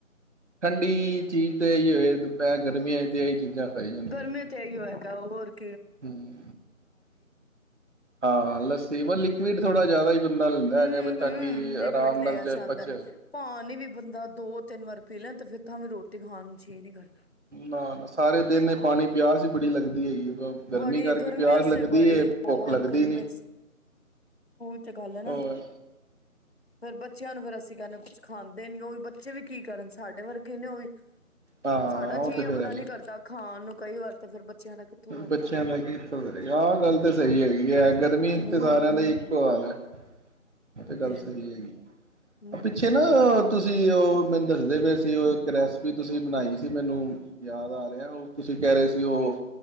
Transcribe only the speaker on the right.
ਠੰਡੀ ਚੀਜ਼ ਤੇ ਇਹੀ ਹੋਏ, ਦੁਪਹਿਰ ਗਰਮੀਆਂ ਤੇ ਇਹੀ ਚੀਜ਼ਾਂ ਖਾਈ ਜਾਂਦੀਆਂ।
ਹੂੰ, ਹਾਂ ਲੱਸੀ ਵੀ ਲਿਕਵਿਡ ਥੋੜੀ ਜ਼ਿਆਦਾ ਹੀ ਬੰਦਾ ਲੈਂਦਾ
ਹੈਗਾ ਤਾਂ ਕਿ
ਆਰਾਮ
ਨਾਲ ਚ
ਪਚੇ
ਨਾ ਨਾ ਸਾਰੇ ਦਿਨ ਪਾਣੀ ਪਿਆਸ ਹੀ ਬੜੀ ਲੱਗਦੀ। ਹੈਗੀ ਹੈ।
ਕਰਕੇ
ਪਿਆਸ ਲੱਗਦੀ
ਹੈ
ਭੁੱਖ ਲੱਗਦੀ
ਨੀ
ਹੋਰ
ਹਾਂ
ਉਹ
ਤੇ
ਫੇਰ ਹੈ ਹੀ
ਬੱਚਿਆਂ ਦਾ ਕੀ ਇੱਥੋਂ ਕਰੇਗਾ ਆਹ ਗੱਲ ਤਾਂ ਸਹੀ ਹੈਗੀ ਹੈ। ਗਰਮੀ
ਚ ਸਾਰਿਆਂ ਦਾ ਇੱਕੋ ਹਾਲ ਹੈ। <unintelligible> ਇਹ ਤੇ
ਗੱਲ
ਸਹੀ
ਹੈਗੀ।
ਪਿੱਛੇ ਨਾ ਤੁਸੀਂ ਉਹ ਮੈਨੂੰ ਦੱਸਦੇ ਪਏ ਸੀ, ਉਹ ਇੱਕ ਰੈਸਪੀ ਤੁਸੀਂ ਬਣਾਈ ਸੀ, ਮੈਨੂੰ ਯਾਦ ਆ ਰਿਹਾ, ਉਹ ਤੁਸੀਂ ਕਹਿ ਰਹੇ ਸੀ ਉਹ